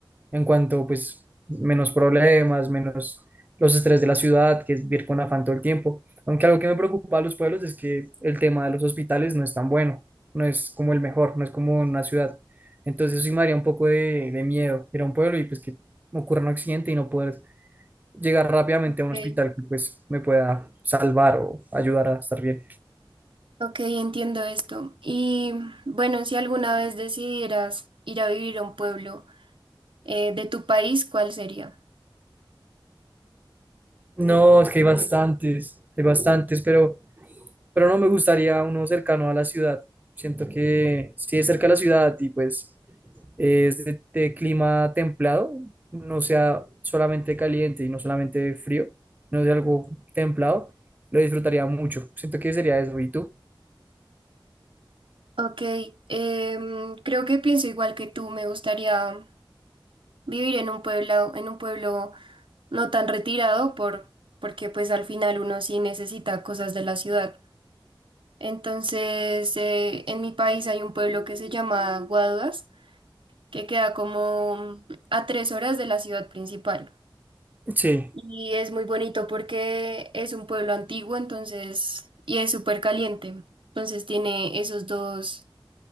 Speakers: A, on the right (about 20°); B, on the right (about 75°).
A: en cuanto, pues, menos problemas, menos los estrés de la ciudad, que es vivir con afán todo el tiempo. Aunque algo que me preocupa a los pueblos es que el tema de los hospitales no es tan bueno, no es como el mejor, no es como en una ciudad. Entonces, sí me haría un poco de, de miedo ir a un pueblo y, pues, que ocurra un accidente y no poder llegar rápidamente
B: Ok.
A: a un hospital que, pues, me pueda salvar o ayudar a estar bien.
B: Ok, entiendo esto. Y bueno, si alguna vez decidieras ir a vivir a un pueblo eh, de tu país, ¿cuál sería?
A: No, es que hay bastantes, hay bastantes, pero, pero no me gustaría uno cercano a la ciudad. Siento que si es cerca a la ciudad y pues es de, de clima templado, no sea solamente caliente y no solamente frío, no sea algo templado, lo disfrutaría mucho. Siento que sería eso. ¿Y tú?
B: Ok, em, creo que pienso igual que tú. Me gustaría vivir en un pueblo, en un pueblo no tan retirado por, porque pues al final uno sí necesita cosas de la ciudad. Entonces, eh, en mi país hay un pueblo que se llama Guaduas, que queda como a tres horas de la ciudad principal.
A: Sí.
B: Y es muy bonito porque es un pueblo antiguo, entonces, y es súper caliente. Entonces tiene esos dos